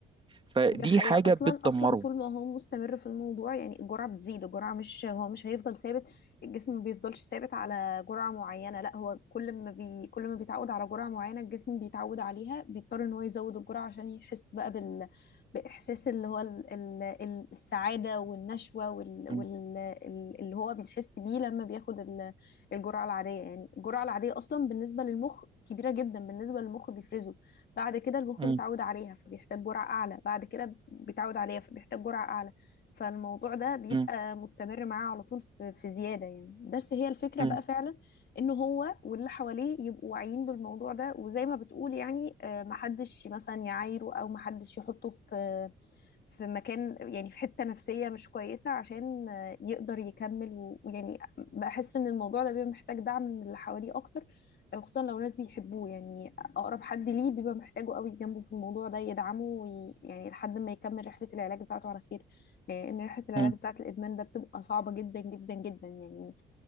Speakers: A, on the right; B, on the left.
A: فدي
B: دي حقيقة
A: حاجة
B: أصلا
A: بتدمره
B: أصلا طول ما هو مستمر في الموضوع يعني الجرعة بتزيد الجرعة مش هو مش هيفضل ثابت الجسم ما بيفضلش ثابت على جرعة معينة لا هو كل ما بي كل ما بيتعود على جرعة معينة الجسم بيتعود عليها بيضطر إن هو يزود الجرعة عشان يحس بقى بال بإحساس اللي هو ال... ال... ال- السعادة والنشوة وال... وال...
A: م-
B: ال- اللي هو بيحس بيه لما بياخد ال... الجرعة العادية يعني الجرعة العادية أصلا بالنسبة للمخ كبيرة جدا بالنسبة للمخ بيفرزه بعد كده المخ
A: م-
B: بيتعود عليها فبيحتاج جرعة أعلى بعد كده بيتعود عليها فبيحتاج جرعة أعلى فالموضوع ده بيبقى
A: م-
B: مستمر معاه على طول في, في زيادة يعني بس هي الفكرة
A: م-
B: بقى فعلا إن هو واللي حواليه يبقوا واعيين بالموضوع ده وزي ما بتقول يعني آه، محدش مثلا يعايره أو محدش يحطه في في مكان يعني في حتة نفسية مش كويسة عشان آه، يقدر يكمل و- ويعني بحس ان الموضوع ده بيبقى محتاج دعم من اللي حواليه اكتر آه، خصوصا لو ناس بيحبوه يعني اقرب حد ليه بيبقى محتاجه قوي جنبه في الموضوع ده يدعمه وي... يعني لحد ما يكمل رحلة العلاج بتاعته على خير يعني ان رحلة العلاج
A: م.
B: بتاعة الادمان ده بتبقى صعبة جدا جدا جدا يعني